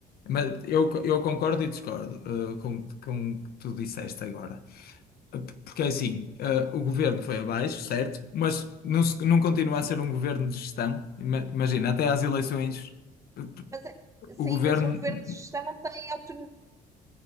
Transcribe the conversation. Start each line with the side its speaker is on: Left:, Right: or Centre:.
Left: Mas eu, eu concordo e discordo, eh, com com o que tu disseste agora. Porque é assim, eh, o governo foi abaixo, certo? Mas não, se- não continua
Right: Sim,
Left: a ser um governo de gestão. Ima- Imagina, até às eleições, eh,
Right: mas, é- sim,
Left: o governo.
Right: mas um governo de gestão não tem autonomia